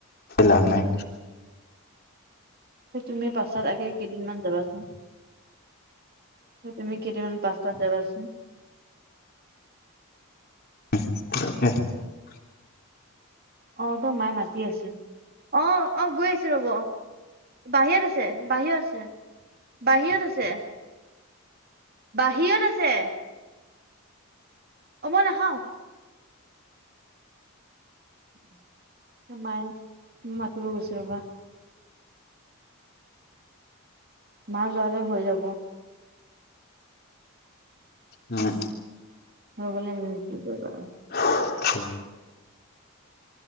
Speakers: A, on the left; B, on the right.
A: লাভ নাই।
B: তুমি পাছত আগে কেইদিনমান যাবাচোন। তুমি কেইদিনমান পাঁচটাত যাবাচোন।
A: <inaudible>
B: অ তই মায়ে মাতি আছে। অ অ গৈ আছো ৰ'ব, বাহিৰত আছে, বাহিৰত আছে, বাহিৰত আছে। বাহিৰত আছে। অ মই নাখাওঁ <unintelligible> আমাৰ ম, কি গৈছে বা <inaudible> মা যোৱালৈ হৈ যাব।
A: উম!
B: হৈ গলে মোৰ টো কৰিবা।
A: উ <unintelligible>